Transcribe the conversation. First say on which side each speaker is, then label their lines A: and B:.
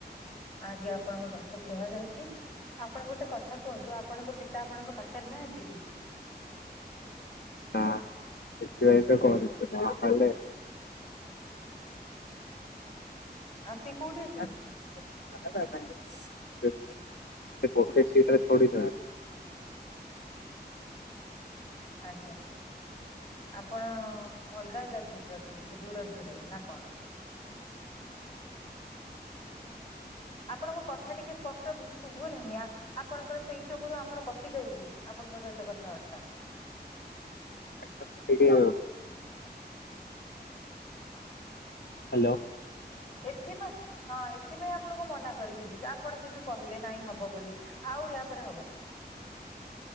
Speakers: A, on the left (about 40°); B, on the left (about 75°).
A: ଆଜ୍ଞା ଆପଣଙ୍କ କଥା ଶୁଣା ଯାଉଛି। ଆପଣ ଗୋଟେ କଥା କୁହନ୍ତୁ ଆପଣଙ୍କ ପିତା ଆପଣଙ୍କ ପାଖରେ ନାହାନ୍ତି କି?
B: <unintelligible>
A: ଆଉ ସିଏ କୋଉଠି
B: <inaudible>
A: ଅଛନ୍ତି?
B: <unintelligible> ସିଟରେ ଥୋଡ଼ି
A: ଆଜ୍ଞା ଆପଣ ଅଲଗା ଅଲଗା ସିଟରେ ଅଛନ୍ତି, ଟିକେ ଦୂରରେ ଦୂରରେ ନା କଣ? <inaudible> ଆପଣଙ୍କ କଥା ଟିକେ ସ୍ପଷ୍ଟ ଶୁଭୁ ନାହିଁ, ଆ ଆପଣଙ୍କର ସେଇ ଯୁଗୁରୁ ଆମର କଟି ଯାଉଛି। ଆପଣଙ୍କ ସହିତ କଥାବାର୍ତ୍ତା
B: <unintelligible> ହ୍ୟାଲୋ।
A: ଏଥିପାଇଁ, ହଁ ଏଥିପାଇଁ ଆପଣଙ୍କୁ ମନା କ କରିଥିଲି ଯେ -ଆପଣ କିନ୍ତୁ କହିଲେ ନାଇଁ ହବ ବୋଲି, ଆଉ ୟା ପରେ ହବ ନାଇଁ <inaudible>